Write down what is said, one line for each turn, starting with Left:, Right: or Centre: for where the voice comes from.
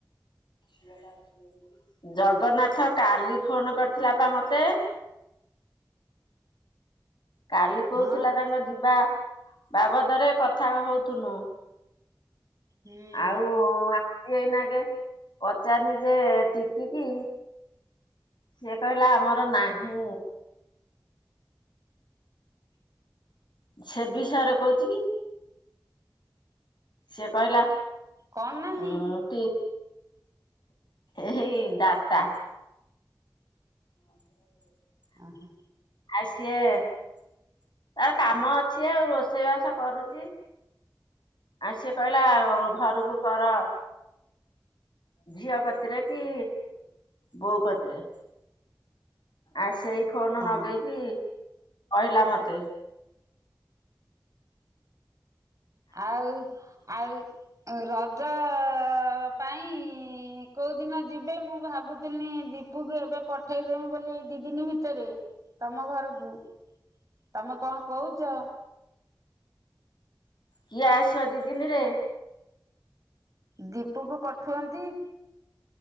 Left: ହୁଁ। ଜଗନ୍ନାଥ କାଲି ଫୋନ କରିଥିଲା ପା ମତେ। କାଲି କହୁଥିଲା
Right: ହଁ
Left: ତାଙ୍କ ଯିବା ବାବଦରେ କଥା ହଉଥୁନୁ।
Right: ହୁଁ।
Left: ଆଉ ଆଜି ଏଇନାଗେ ପଚାରିନି ଯେ ଟିକିକି ସିଏ କହିଲା ଆମର ନାହିଁ। ସେ ବିଷୟରେ କହୁଛି କି? ସିଏ କହିଲା
Right: କଣ ନାହିଁ
Left: ହଁ ଏଇ ଡାଟା। <inaudible>
Right: ଆ ହାଁ
Left: ଆ ସିଏ ତାର କାମ ଅଛି ଆଉ ରୋଷେଇବାସ କରୁଚି। ଆଉ ସିଏ କହିଲା ଘରକୁ କର। ଝିଅ କତିରେ କି ବୋଉ କତିରେ। ଆ ସେଇ ଫୋନ
Right: ହଁ
Left: ଲଗେଇକି କହିଲା ମତେ।
Right: ଆଉ ଆଉ ରଜ ଅ-ଅ-ଅ ପାଇଁ ଇ-ଇ-ଇ କେଉଁଦିନ ଯିବେ ମୁଁ ଭାବୁଥିନି ଦି ପୁ କୁ ଏବେ ପଠେଇଦେମି ବୋଲି ଏ ଦି ଦିନ ଭିତରେ, ତମ ଘରକୁ। ତମେ କଣ କହୁଚ?
Left: କିଏ ଆସିବ ଦି ଦିନି ରେ?
Right: ଦୀପୁକୁ ପଠୁଅନ୍ତି।